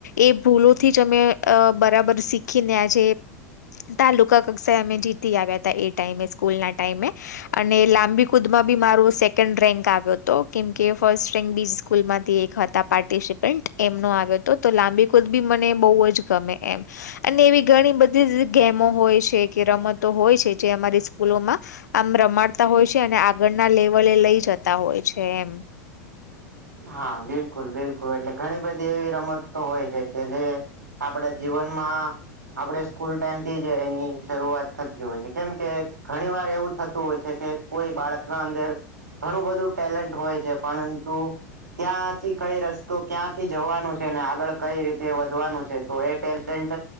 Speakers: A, on the left (about 80°); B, on the right (about 85°).
A: એ ભૂલોથી જ અમે બરાબર શીખીનેજ તાલુકા કક્ષાએ અમે જીતી આવ્યા અતા એ ટાઈમે સ્કૂલના ટાઈમે. અને લાંબી કુદ માં બી મારુ સેકન્ડ રેન્ક આવ્યો. તો કેમકે ફસ્ટ રેંક બી સ્કૂલમાંથી એક હતા પાર્ટિસિપન્ટ એમનો આવ્યો. તો તો લાંબી કુદ બી મને બઉં જ ગમે એમ. અને એવી ઘણી બધી ઝ ગેમો હોય સે કે રમતો હોય છે જે અમારી સ્કૂલોમાં. આમ રમાડતા હોય સે અને આગળના લેવલે લઈ જતા હોય છે એમ.
B: હા, બેન. બિલકુલ બિલકુલ એલે ઘણી બધી એવી રમતો હોય છે, કે જે આપડા જીવનમાં આપણેે સ્કૂલ ટાઈમથી જ એની શરૂઆત થતી હોય છે કેમ કે ઘણી વાર એવું થતું હોય છે, કે કોઈ બાળકના અંદર ઘણું બધું ટેલેન્ટ હોય છે, પળંતુ ક્યાંથી કઈ રસ્તો, ક્યાંથી જવાનું છે, ને આગળ કઈ રીતે વધવાનું છે તો એ ટેલેન્ટ